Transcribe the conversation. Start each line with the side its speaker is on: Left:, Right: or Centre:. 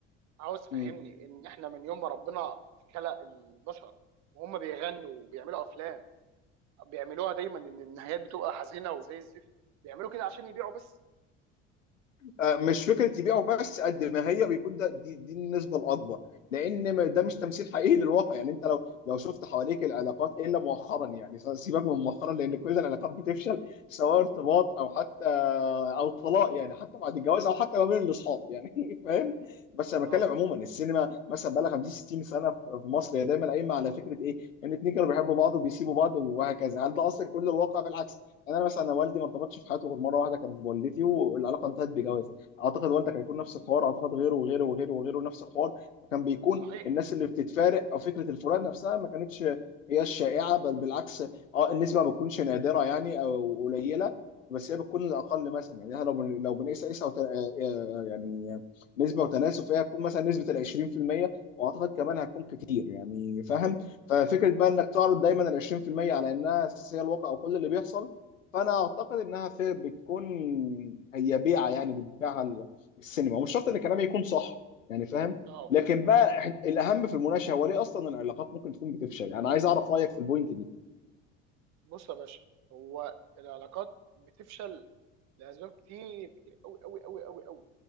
Right: عاوز تفهمني
Left: ما-
Right: ان احنا من يوم ما ربنا خلق البشر وهم بيغنوا وبيعملوا افلام بيعملوها دايما ان النهايات بتبقى حزينه وزي الزفت بيعملوا كده عشان يبيعوا بس
Left: آه، مش فكره يبيعه بس قد ما هي بيكون ده دي, دي النسبه الاكبر لان ما- ده مش تمثيل حقيقي للواقع يعني انت لو لو شفت حواليك العلاقات الا مؤخرا يعني سيبك من مؤخرا لان كل العلاقات بتفشل سواء ارتباط او حتى او طلاق يعني حتى بعد الجواز او حتى ما بين الاصحاب يعني <laughs> فاهم بس انا
Right: اه
Left: بتكلم عموما السينما مثلا بقى لها 50 60 سنه في في مصر هي دايما قايمه على فكره ايه ان اتنين كانوا بيحبوا بعض وبيسيبوا بعض وهكذا هل ده اصلا كل الواقع بالعكس يعني انا مثلا أنا والدي ما ارتبطش في حياته غير مره واحده كانت بوالدتي والعلاقه انتهت بجواز اعتقد والدك هيكون نفس الحوار اعتقد غيره وغيره وغيره وغيره نفس الحوار فكان بيكون
Right: صحيح
Left: الناس اللي بتتفارق او فكره الفراق نفسها ما كانتش هي الشائعه بل بالعكس اه النسبه ما بتكونش نادره يعني او قليله بس هي بتكون الاقل مثلا يعني إحنا لو بن- لو بنقيس قيسه وت- آه، آه، يعني نسبه وتناسب فهي هتكون مثلا نسبه ال 20% واعتقد كمان هتكون كتير يعني فاهم ففكره بقى انك تعرض دايما ال 20% على انها اساس هي الواقع وكل اللي بيحصل فانا اعتقد انها في بتكون هي بيعه يعني بتبيعها السينما ومش شرط ان كلامي يكون صح يعني فاهم
Right: اه
Left: لكن بقى إح- الاهم في المناقشه هو ليه اصلا العلاقات ممكن تكون بتفشل انا عايز اعرف رايك في البوينت دي
Right: بص يا باشا هو العلاقات بتفشل لاسباب كتير كتير قوي قوي قوي قوي قوي